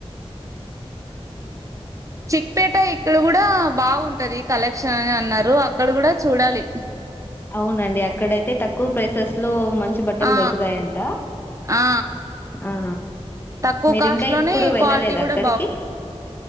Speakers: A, on the right (about 30°); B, on the left (about 20°).
A: చిక్పేట ఇక్కడ కూడా బాగుంటది కలెక్షన్ అని అన్నారు అక్కడ కూడా చూడాలి
B: అవునండి అక్కడైతే తక్కువ ప్రైసెస్ లో మంచి బట్టలు
A: ఆ
B: దొరుకుతాయంట
A: ఆ
B: ఆ
A: తక్కువ
B: మీరు
A: కాస్ట్
B: ఇంకా
A: లోనే
B: ఎప్పుడు వెళ్ళలేద
A: క్వాలిటీ కూడా
B: అక్కడికి